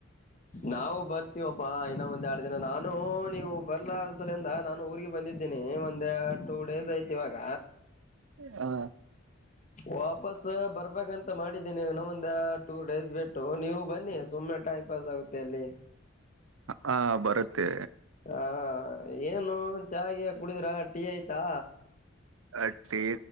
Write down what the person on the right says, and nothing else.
ಹಾ
ಹ ಬರುತ್ತೆ
ಅ ಟೀ